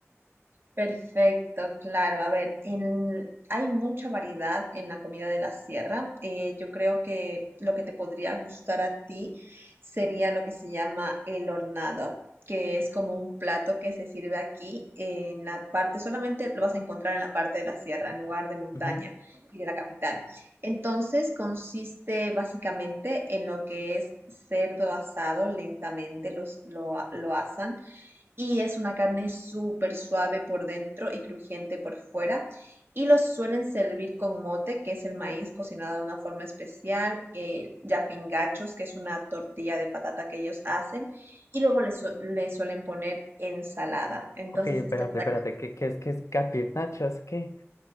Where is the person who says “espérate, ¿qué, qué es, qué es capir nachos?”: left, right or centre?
Left